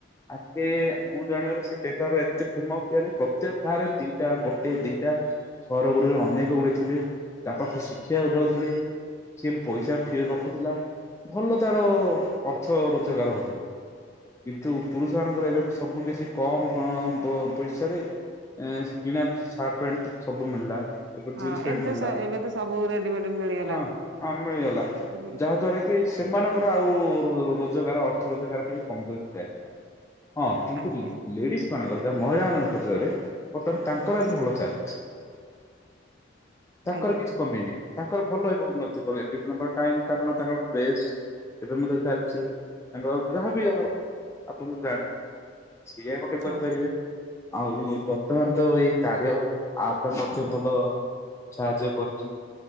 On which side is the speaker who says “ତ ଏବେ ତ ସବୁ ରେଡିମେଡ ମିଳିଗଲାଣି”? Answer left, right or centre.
Right